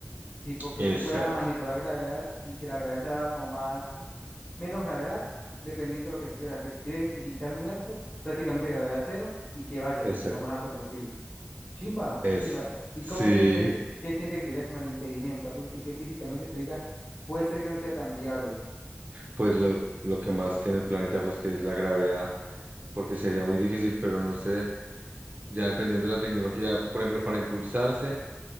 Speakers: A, on the left; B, on the right.
A: Tipo que
B: Exacto,
A: tú puedas manipular gravedad y que la gravedad sea como más, menos gravedad, dependiendo de lo que tú quieras hacer. Si quieres brincar muy alto, prácticamente gravedad cero y que vayas
B: exacto,
A: a lo más alto posible. Chimba,
B: eso.
A: chimba. ¿Y
B: Sí,
A: cómo sientes, qué sientes que sería como el impedimento? Algo así que físicamente te diga, puede ser que no sea tan viable.
B: pues lo, lo que más tiene el planeta, pues que es la gravedad. porque sería muy difícil, pero no sé, ya dependiendo de la tecnología, por ejemplo, para impulsarse,